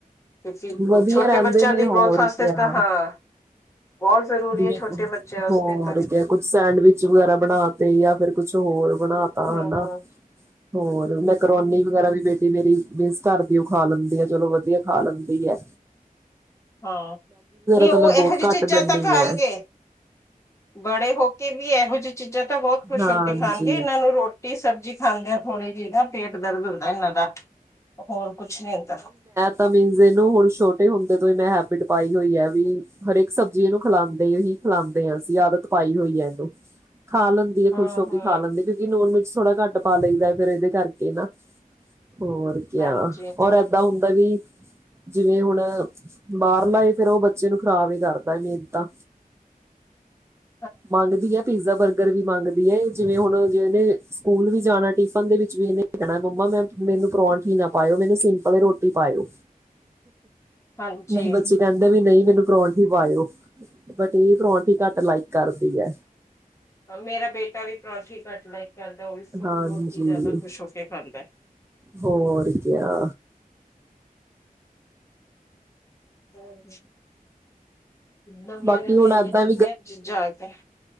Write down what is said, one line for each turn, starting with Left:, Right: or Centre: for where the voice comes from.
Left: ਤੇ
Right: ਵਧੀਆ
Left: ਛੋਟੇ
Right: ਰਹਿੰਦੇ
Left: ਬੱਚਿਆਂ
Right: ਨੇ
Left: ਦੀ
Right: ਹੋਰ
Left: ਗਰੋਥ ਆਸਤੇ
Right: ਕਿਆ
Left: ਤਾਂ ਹਾਂ। ਬੋਤ ਜ਼ਰੂਰੀ
Right: ਜਿਵੇਂ
Left: ਐ ਛੋਟੇ ਬੱਚਿਆਂ ਆਸਤੇ
Right: ਹੋਰ
Left: ਤਾਂ।
Right: ਕਿਆ ਕੁਛ ਸੈਂਡਵਿਚ ਵਗੈਰਾ ਬਣਾ ਤੇ ਜਾਂ ਫਿਰ ਕੁਛ ਹੋਰ ਬਣਾ ਤਾ
Left: ਹਾਂ-ਹਾਂ।
Right: ਹਨਾ ਹੋਰ ਮੈਂਕਰੋਨੀ ਵਗੈਰਾ ਵੀ ਬੇ ਤੇ ਮੇਰੀ ਵੇਸ ਘਰ ਦੀ ਓ ਖਾ ਲੈਂਦੀ ਆ ਚਲੋ ਵਧੀਆ ਖਾ ਲੈਂਦੀ ਆ।
Left: ਹਾਂ ਨੀ
Right: ਤਾਂ
Left: ਓ
Right: ਮੈਂ
Left: ਏਹੋ
Right: ਬਹੁਤ
Left: ਜਈ
Right: ਘੱਟ
Left: ਚੀਜ਼ਾਂ
Right: ਦਿੰਦੀ
Left: ਤਾਂ ਖਾਣਗੇ,
Right: ਹੈ
Left: ਬੜੇ ਹੋ ਕੇ ਵੀ ਏਹੋ ਜਿ ਚੀਜ਼ਾਂ ਤਾਂ ਬੋਤ ਖੁਸ਼
Right: ਹਾਂਜੀ
Left: ਹੋ ਕੇ ਖਾਣਗੇ ਏਨਾਂ ਨੂੰ ਰੋ ਟੀ ਸਬਜ਼ੀ ਖਾਂਦੇ ਆ ਥੋੜ੍ਹੀ ਜੀ ਨਾ ਪੇਟ ਦਰਦ ਹੁੰਦਾ ਏਨਾਂ ਦਾ। ਹੋਰ ਕੁਛ ਨੀ ਹੁੰਦਾ।
Right: ਤਮੀਜ ਏਨੂੰ ਹੁਣ ਛੋਟੇ ਹੁੰਦੇ ਤੋਂ ਈ ਮੈਂ ਹੈਬਿਟ ਪਾਈ ਹੋਈ ਐ ਵੀ ਹਰੇਕ ਸਬਜ਼ੀ ਇਨੂੰ ਖਲਾਂਦੇ ਹੀ ਖਲਾਂਦੇ ਆ ਅਸੀ ਆਦਤ ਪਾਈ ਹੋਈ ਐ ਏਨੂੰ, ਖਾ ਲੈਂ ਵੀ ਏ
Left: ਹੂੰ-ਹੂੰ
Right: ਖੁਸ਼ ਹੋ ਕੇ ਖਾ ਲੈਂਦੇ ਕਿਉਂਕਿ ਨੂਨ, ਮਿਰਚ ਥੋੜਾ ਘੱਟ ਪਾ ਲਈ ਦਾ ਫੇਰ ਏਦੇ ਕਰਕੇ ਨਾ, ਹੋਰ ਕਯਾ
Left: ਹਾਂਜੀ।
Right: ਏਦਾ ਹੁੰਦਾ ਵੀ ਜਿਵੇਂ ਹੁਣ, ਬਾਰਲਾ ਏ ਫੇਰ ਓ ਬੱਚੇ ਨੂੰ ਖ਼ਰਾਬ ਈ ਕਰਦਾ ਮੈਨ ਤਾਂ
Left: <inaudible>
Right: ਮਾਗਦੀ ੲੈ ਪੀਜ਼ਾ, ਬਰਗਰ ਵੀ ਮੰਗਦੀ ਏ, ਜਿਵੇਂ ਹੋਣ, ਜਿਵੇਂ ਏਨੇ ਸਕੂਲ ਵੀ ਜਾਣਾ ਟਿਫਨ ਦੇ ਵਿੱਚ ਵੀ ਏਨੇ ਏਨੇ ਕੈਣਾ, ਮੰਮਾ, ਮੈਂ ਮੇਨੂੰ ਪਰੋੰਠੀ ਨਾ ਪਾਏਓ ਮ ਸਿੰਪਲ ਏ ਰੋਟੀ ਪਾਏਓ,
Left: ਹਾਂਜੀ
Right: ਨਹੀ ਬੱਚੇ ਕੈੰਦੇ ਵੀ ਨਈ ਮੈਨੂੰ ਪਰੌਂਠੀ ਪਾਏਓ, ਬਟ ਏ ਪਰੌਠੀ ਘੱਟ ਲਾਈਕ ਕਰਦੀ ੲੈ।
Left: ਹਾਂ ਮੇਰਾ ਬੇਟਾ ਵੀ ਪਰੋਂਠੀ ਘਟ ਲਾਈਕ ਕਰਦਾ ਓ ਵੀ ਸਿਪਰੋ
Right: ਹਾਂਜੀ
Left: ਚੀ ਜਾਦਾ ਖੁਸ਼ ਹੋ ਕੇ ਖਾਂਦੈ।
Right: ਹੋਰ ਕਿਆ
Left: ਹੂੰ, <unintelligible> ਨਵੀਆਂ-ਨਵੀਆਂ
Right: ਬਾਕੀ ਹੁਣ
Left: ਅਨੀਆਂ
Right: ਏਦਾਂ
Left: ਚੀਜ਼ਾਂ, ਆ ਗਈਆਂ।